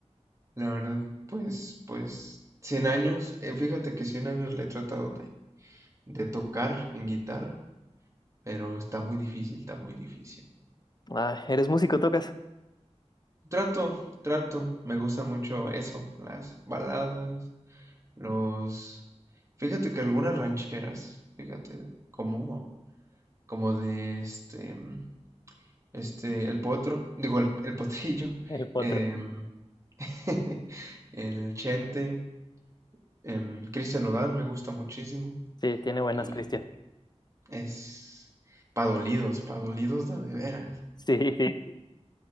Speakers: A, on the right; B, on the left.
A: La verdad, pues, pues, 100 años, eh, fíjate que 100 años le he tratado de, de tocar en guitarra, pero está muy difícil, está muy difícil.
B: Ah, ¿eres músico, tocas?
A: Trato, trato, me gusta mucho eso, las baladas, los... Fíjate que algunas rancheras, fíjate, como, como de este, mm, este, el potro, digo, el, el potrillo,
B: El potro.
A: em, <laughs> el chente, em, Cristian Nodal me gusta muchísimo
B: Sí, tiene buenas,
A: y
B: Cristian. <laughs>
A: Es pa' dolidos, pa' dolidos de veras.
B: Sí, sí.